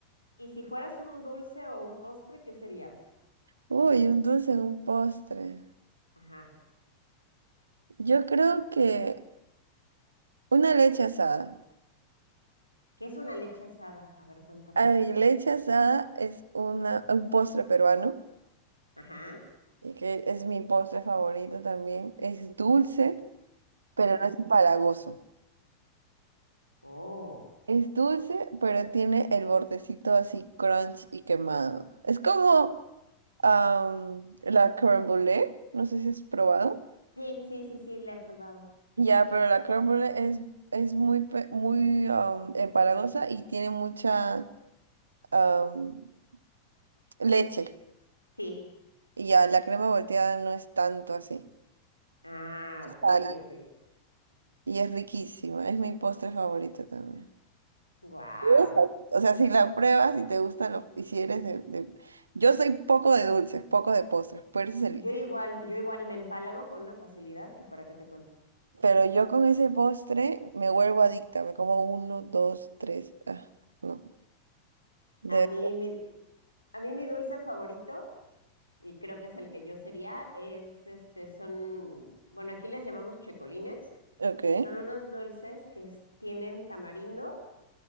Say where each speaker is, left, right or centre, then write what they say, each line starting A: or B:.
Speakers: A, on the left; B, on the right.
A: ¿Y si fueras un dulce o un postre, qué serías?
B: Uy, un dulce, un postre.
A: Ajá.
B: Yo creo que una leche asada.
A: ¿Qué es una leche asada? A ver, cuéntame.
B: Ay, leche asada es una, un postre peruano,
A: Ajá.
B: y que es mi postre favorito también. Es dulce, pero
A: ujú.
B: no es empalagoso.
A: Oh.
B: Es dulce, pero tiene el bordecito así crunch y quemado. Es como am, la crème brûlée, no sé si has probado.
A: Sí, sí, sí, sí, la he probado.
B: Ya, pero la crème brûlée es, es muy, pe- muy am, empalagosa y tiene mucha am, leche.
A: Sí.
B: Y ya, la crema volteada no es tanto así.
A: Ah, ok,
B: Ah, la-
A: ok,
B: Y es riquísima, es mi postre favorito también.
A: Wow.
B: Esa. O sea, si la pruebas y te gusta lo, y si eres de, de- Yo soy poco de dulces, poco de postres, pero, ese es el-
A: Yo igual, yo igual me empalago con una facilidad que para qué te cuento.
B: pero yo con ese postre me vuelvo adicta, me como uno, dos, tres, ah, no. De...
A: A mí mi, a mí mi dulce favorito, y creo que es el que yo sería, es este, son, bueno, aquí les llamamos checolines,
B: Ok,
A: y son unos dulces que es- tienen tamarindo,